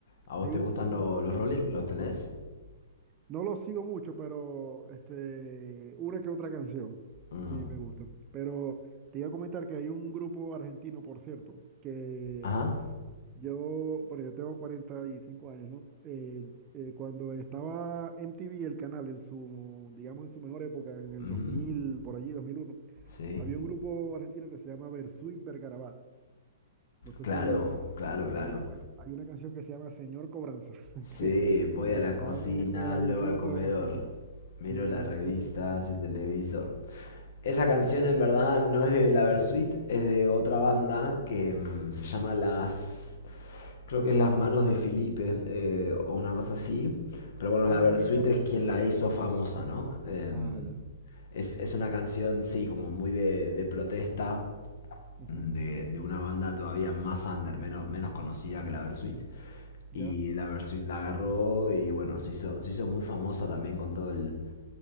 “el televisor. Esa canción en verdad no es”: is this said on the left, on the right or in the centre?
Left